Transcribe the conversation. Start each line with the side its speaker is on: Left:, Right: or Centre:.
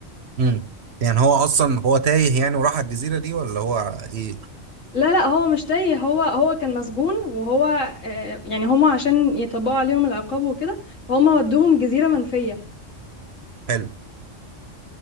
Right: امم يعني هو اصلا هو تايه يعني وراح على الجزيرة دي ولا هو ايه
Left: لا لا هو مش تايه هو هو كان مسجون وهو آه، يعني هما عشان يطبقوا عليهم العقاب وكده فهم ودوهم جزيرة منفية
Right: حلو